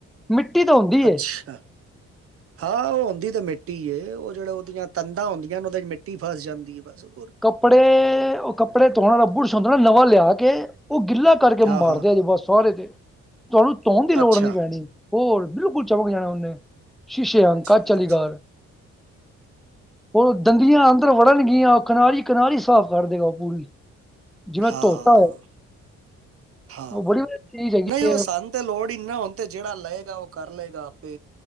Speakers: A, in the centre; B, on the right.
A: ਮਿੱਟੀ ਤਾ ਹੁੰਦੀ
B: ਅੱਛਾ,
A: ਏ
B: ਹਾਂ ਉਹ ਹੋਦੀ ਤੇ ਮਿੱ ਟੀ ਏ ਉਹ ਜਿਹੜੇ ਉਹਦੀਆਂ ਤਦਾਂ ਹੁੰਦੀਆਂ ਨੇ ਉਹਦੇ ਚ ਮਿੱਟੀ ਫਸ ਜਾਂਦੀਏ ਬਸ ਹੋਰ ਕੀ
A: ਕੱਪੜੇ ਉਹ ਕੱਪੜੇ ਧੋਣਾ ਆਲਾ ਬੁਰਸ਼ ਹੁੰਦਾ ਨਾ ਨਵਾਂ ਲਿਆ ਕੇ ਉਹ ਗਿੱਲਾ ਕਰਕੇ
B: ਹਾਂ
A: ਮਰ
B: ਹਾਂ
A: ਦਿਉ ਜੇ ਬਸ ਸਾਰੇ ਤੇ ਤੁਹਾਨੂੰ ਤੋਣ ਦੀ ਲੋੜ
B: ਅੱਛਾ
A: ਨੀ ਪੈਣੀ। ਹੋਰ ਬਿਲਕੁਲ ਚਮਕ ਜਾਣਾ ਉਹਨੇ ਸ਼ੀਸ਼ੇ ਅੰਗ
B: ਠੀਕ
A: ਕੱਚ ਆਲੀ ਕਾਰ
B: ਠੀਕ
A: ਹੋਰ ਦੰਦੀਆਂ ਅੰਦਰ ਵੜਨਗੀਆਂ ਉਹ ਕਨਾਰੀ- ਕਨਾਰੀ ਸਾਫ਼ ਕਰ ਦੇਗਾ ਉਹ ਪੂਰੀ। ਜਿਵੇਂ
B: ਹਾਂ
A: ਧੋਤਾ ਹੋਏ
B: ਹਾਂ ਹਾਂ
A: ਉਹ ਬੜੀ ਵਧੀਆ ਚੀਜ਼ ਹੈਗੀ
B: ਨਹੀਂ ਉਹ
A: ਏ।
B: ਸਾਨੂੰ ਤੇ ਲੋੜ ਈ ਨੀ ਨਾ ਹੁਣ ਤੇ ਜਿਹੜਾ ਲਏਗਾ ਉਹ ਕਰ ਲਏਗਾ ਆਪੇ